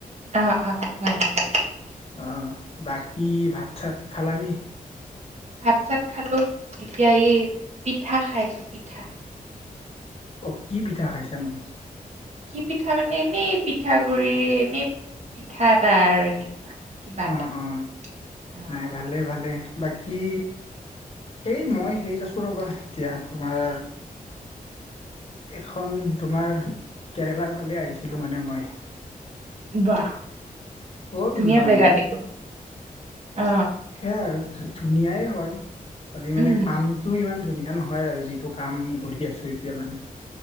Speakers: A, on the right (about 45°); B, on the left (about 40°).
A: অ অ হয় হয়
B: অ বাকী ভাত চাত খালানে।
A: ভাত - চাত খালো এতিয়া এই পিঠা খাই আছো পিঠা।
B: অ কি পিঠা খাইছানো
A: কি পিঠা মানে এনেই পিঠা গুৰি এনেই পিঠা এটা আৰু এনেকোৱা কিবা
B: অ
A: এটা
B: অ
A: অ
B: নাই ভালে-ভালে বাকী কি এই মই হেৰিত আছো ৰবা এতিয়া তোমাৰ এখন তোমাৰ কেৰেলাৰ ফালে আহিছিলো মানে মই
A: বাহ
B: হ'ল
A: ধুনীয়া
B: দুমাহ
A: জেগাত
B: মান
A: দেখোন। অ
B: সেয়াই আৰু ধুনীয়াই হয় খালি মানে
A: উম
B: কামটোও ইমান ধুনীয়া ন হয় আৰু যিটো কাম কৰি আছো এতিয়া মানে